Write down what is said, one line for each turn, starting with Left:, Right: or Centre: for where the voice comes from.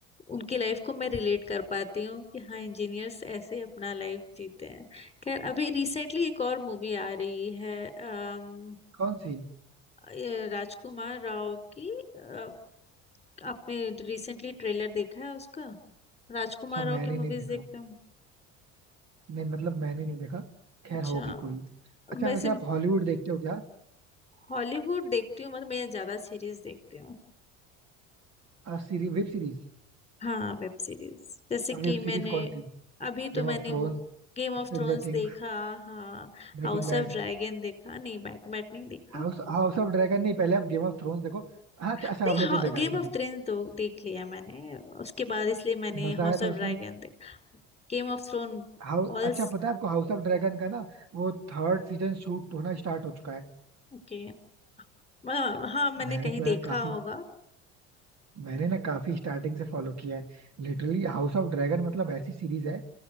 Left: उनकी लाइफ को मैं रिलेट कर पाती हूँ कि हाँ इंजीनियर्स ऐसे अपना लाइफ जीते हैं खैर अभी रिसेंटली एक और मूवी आ रही है अम,
Right: कौन सी
Left: ये राजकुमार राव की अ, आपने रिसेंटली ट्रेलर देखा है उसका राजकुमार
Right: अच्छा
Left: राव
Right: मैंने
Left: की मूवीज
Right: नहीं देखा
Left: देखते हैं
Right: नहीं मतलब मैंने नहीं देखा खैर
Left: अच्छा
Right: होगी कोई अच्छा
Left: वैसे
Right: वैसे आप हॉलीवुड देखते हो क्या
Left: हॉलीवुड देखती हूँ मतलब मैं ज्यादा सीरीज देखती हूँ
Right: आ, सीरी, Web series
Left: हाँ वेब सीरीज जैसे कि
Right: वेब सीरीज
Left: मैंने
Right: कौन सी
Left: अभी
Right: Game
Left: तो मैंने
Right: of Thrones
Left: वो गेम ऑफ
Right: Stranger
Left: थ्रोन्स
Right: Things
Left: देखा हाँ
Right: Breaking
Left: हाउस
Right: Bad
Left: ऑफ ड्रैगन देखा नहीं बैकमैट नहीं देखा
Right: House
Left: और-
Right: House of Dragon नहीं पहले आप गेम ऑफ थ्रोन्स देखो हाँ अच्छा
Left: नहीं
Right: अच्छा, आपने तो देखा
Left: गेम
Right: है सॉरी
Left: ऑफ थ्रोन्स तो देख लिया मैंने उसके बाद इसलिए मैंने
Right: मजा
Left: हाउस
Right: आया
Left: ऑफ
Right: था उसमें
Left: ड्रैगन देखा Game of Throne
Right: हाउ
Left: All
Right: अच्छा पता है आपको हाउस ऑफ ड्रैगन का ना वो थर्ड सीजन शूट होना स्टार्ट हो चुका है
Left: Okay हाँ हाँ, मैंने
Right: मैंने
Left: कहीं
Right: तो
Left: देखा
Right: यार काफी
Left: होगा
Right: मैंने ना काफी स्टार्टिंग से फॉलो किया है लिटरली हाउस ऑफ ड्रैगन मतलब ऐसी सीरीज है